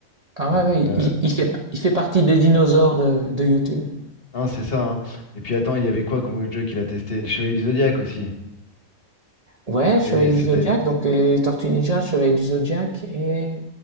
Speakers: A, on the right; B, on the left.
A: Ah ouais,
B: Donc,
A: ouais,
B: euh,
A: il, il fait, il fait partie des dinosaures de, de YouTube.
B: non, c'est ça. hein. Et puis attends, il y avait quoi comme autre jeu qu'il a testé? Le Chevalier du Zodiaque aussi.
A: Ouais,
B: Ça, C'était,
A: je Chevalier
B: c'était,
A: du Zodiac, donc les Tortues Ninja, Chevalier du Zodiac et